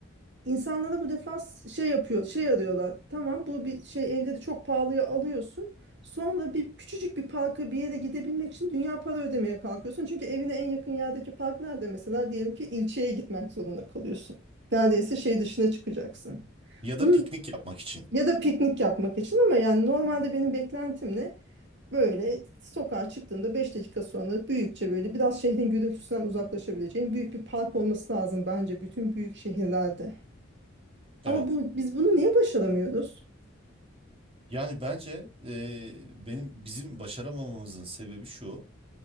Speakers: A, on the right; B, on the right.
A: insanlara bu defa şey yapıyor, şey arıyorlar. Tamam bu bir şey evleri çok pahalıya alıyorsun. Sonra bir küçücük bir parka bir yere gidebilmek için dünya para ödemeye kalkıyorsun. Çünkü evine en yakın yerdeki park nerede mesela diyelim ki ilçeye gitmek zorunda kalıyorsun. Neredeyse şey dışına çıkacaksın.
B: Ya
A: Bunun
B: da piknik yapmak için.
A: ya da piknik yapmak için ama yani normalde benim beklentim ne? Böyle sokağa çıktığında 5 dakika sonra büyükçe böyle biraz şehrin gürültüsünden uzaklaşabileceğin büyük bir park olması lazım bence bütün büyük şehirlerde.
B: Evet.
A: Ama bu biz bunu niye başaramıyoruz?
B: Yani bence e, benim bizim başaramamamızın sebebi şu.